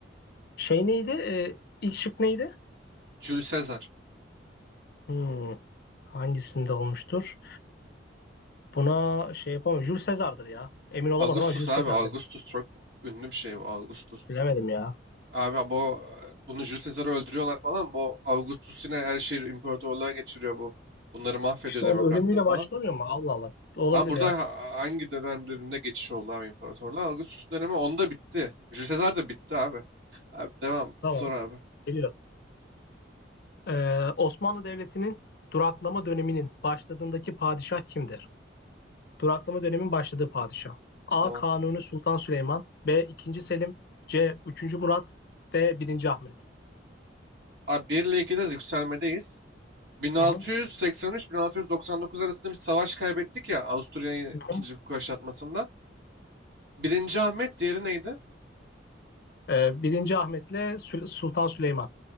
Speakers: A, on the left (about 55°); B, on the right (about 70°).
A: Şey neydi? Ee, ilk şık neydi?
B: Jules Caesar.
A: Hmm, hangisinde olmuştur? Buna şey yapamam. Jules Caesar'dır ya. Emin olamadım
B: Augustus
A: ama Jules
B: abi.
A: Caesar'dır.
B: Augustus çok ünlü bir şey bu. Augustus.
A: Bilemedim ya.
B: Abi bu bunu Jules Caesar'ı öldürüyorlar falan. Bu Augustus yine her şeyi imparatorluğa geçiriyor bu. Bunları mahvediyor
A: İşte
B: demokratları
A: onun ölümüyle
B: falan.
A: başlamıyor mu? Allah Allah. Olabilir
B: Ama burada
A: ya.
B: ha- hangi dönem döneminde geçiş oldu abi imparatorluğa? Augustus dönemi onda bitti. Jules Caesar da bitti abi. Abi devam.
A: Tamam.
B: Sor abi.
A: Geliyor. Ee, Osmanlı Devleti'nin duraklama döneminin başladığındaki padişah kimdir? Duraklama dönemin başladığı padişah. A.
B: Tamam.
A: Kanuni Sultan Süleyman. B. 2. Selim. C. Üçüncü Murat. D. Birinci Ahmet.
B: Abi 1 ile 2'de yükselmedeyiz. 1683-1699
A: Hı hı.
B: arasında bir savaş kaybettik ya Avusturya'yı
A: Hı
B: ikinci
A: hı.
B: kuşatmasında. Birinci Ahmet diğeri neydi?
A: Ee, 1. Ahmet'le Sü- Sultan Süleyman.